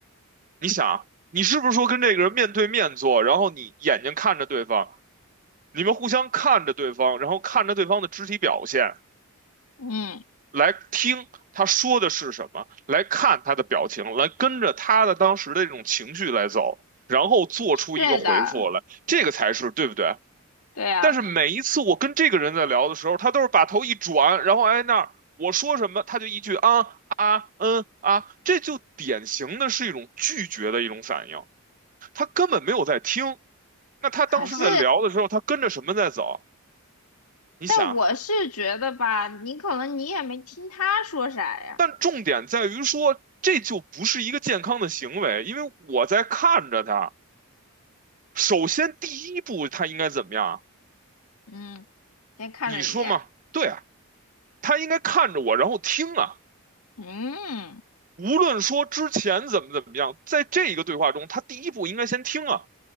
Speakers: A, on the right; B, on the left.
A: 你想啊，你是不是说跟这个人面对面坐，然后你眼睛看着对方，你们互相看着对方，然后看着对方的肢体表现，
B: 嗯，
A: 来听他说的是什么，来看他的表情，来跟着他的当时的这种情绪来走，然后做出一个回复来，
B: 是的，
A: 这个才是对不对？
B: 对呀。
A: 但是每一次我跟这个人在聊的时候，他都是把头一转，然后挨那儿，我说什么他就一句啊啊嗯啊，这就典型的是一种拒绝的一种反应，他根本没有在听。那他当时在聊的时候，
B: 可是，
A: 他跟着什么在走？你想，
B: 但我是觉得吧，你可能你也没听他说啥呀，
A: 但重点在于说，这就不是一个健康的行为，因为我在看着他。首先，第一步他应该怎么样啊
B: 嗯，先看着你，
A: 你说嘛？对啊，他应该看着我，然后听啊。
B: 嗯。
A: 无论说之前怎么怎么样，在这一个对话中，他第一步应该先听啊，